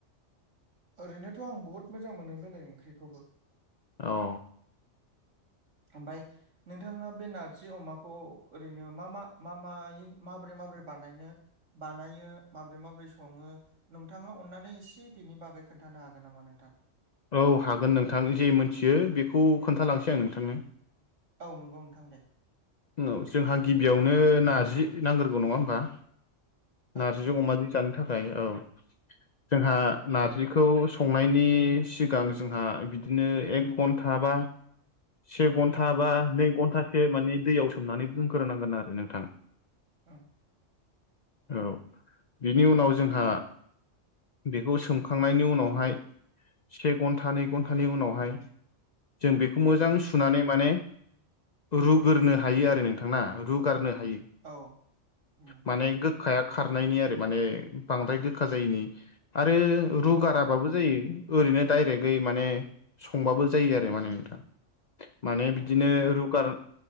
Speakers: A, on the right; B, on the left.
A: ओरैनोथ' आं बुहुत मोजां मोनो बेलेग ओंख्रिखौबो
B: औ
A: ओमफाय नोंथाङा बे नारजि अमाखौ ओरैनो मा मा मा मायै माबोरै माबोरै बानायनो बानायो माबोरै माबोरै सङो नोंथाङा अननानै एसे बेनि बागै खोनथानो हागोन नामा नोंथां
B: औ हागोन नोंथां जि मिथियो बेखौ खोन्थालांसै आं नोंथांनो
A: औ नंगौ नोंथां दे
B: औ जोंहा गिबियावनो नारजि नांग्रोगौ नङा ओमबा
A: औ
B: नार्जिजों अमाजों जानो थाखाय औ जोंहा नारजिखौ संनायनि सिगां जोंहा बिदिनो एक घन्टा बा से घन्टा बा नै घन्टासो माने दैयाव सोमनानै दोनग्रोनांगोन आरो नोंथां।
A: ओं
B: औ बिनि उनाव जोंहा बेखौ सोमखांनायनि उनावहाय से घन्टा नै घन्टानि उनावहाय जों बेखौ मोजाङै
A: उम
B: सुनानै
A: नंगौ नोंथां
B: माने रुग्रनो हायो आरो नोंथां ना रुगारनो हायो
A: औ उम
B: माने गोखाया खारनायनि आरो माने बांद्राय गोखा जायैनि आरो
A: उम
B: रुगाराबाबो जायो ओरैनो डाइरेक्टयै माने संबाबो जायो आरो माने नोंथां माने बिदिनो
A: अ नंगौ नोंथां
B: रुगार